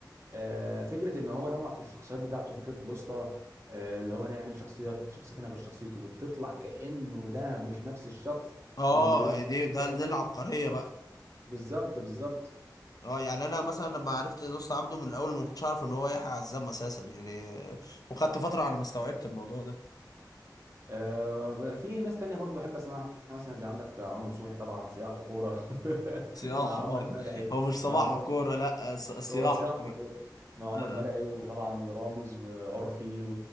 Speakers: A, on the right; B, on the left.
A: آه، فكره ان هو نوع في الشخصيات بتاعته فكره الوسطى آه، اللي هو نعمل شخصيه شخصيتنا غير شخصيته وتطلع كانه ده مش نفس الشخص
B: اه
A: وان ده
B: دي
A: حد
B: ده
A: تاني
B: دي العبقرية بقى
A: بالظبط بالظبط
B: اه يعني انا مثلا لما عرفت دوست عبده من الاول ما كنتش عارف ان هو يحيى عزام اساسا يعني وخدت فتره على ما استوعبت الموضوع ده
A: آه، في ناس تانية برضو بحب اسمعها مثلا زي عندك عمرو نصوحي طبعا سياح وكورة <laughs>
B: صياحه
A: مع عمر
B: اه
A: مرعي
B: هو مش صباح
A: مع عمر
B: وكوره لا ص- صياحه
A: هو سياح
B: كوره
A: وكورة مع عمر
B: اه
A: مرعي وطبعا ورامز وعرفي و...